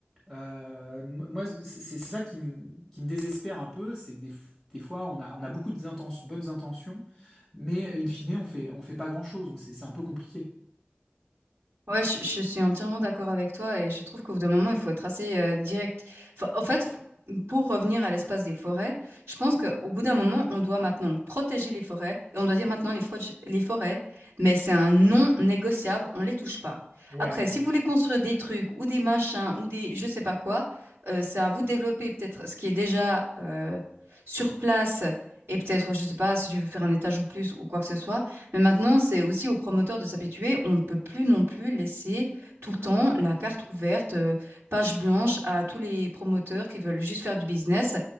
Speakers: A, on the right; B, on the right.
A: Euh, moi, c'est c'est ça qui me, qui me désespère un peu, c'est que des, f- des fois, on a, on a beaucoup de inten- bonnes intentions, mais in fine, on fait, on fait pas grand-chose, donc c'est c'est un peu compliqué.
B: Ouais, je, je suis entièrement d'accord avec toi et je trouve qu'au bout d'un moment, il faut être assez euh, direct. Enfin, en fait, f- pour revenir à l'espace des forêts, je pense qu'au bout d'un moment, on doit maintenant protéger les forêts et on doit dire maintenant les, froge- les forêts, mais c'est un non négociable, on les touche pas.
A: Ouais,
B: Après, si vous voulez construire des trucs ou des machins ou des je sais pas quoi, euh, c'est à vous de développer peut-être ce qui est déjà euh, sur place et peut-être, je sais pas, si tu veux faire un étage ou plus ou quoi que ce soit. Mais maintenant, c'est aussi aux promoteurs de s'habituer. On ne peut plus non plus laisser tout le temps la carte ouverte, euh, page blanche à tous les promoteurs qui veulent juste faire du business.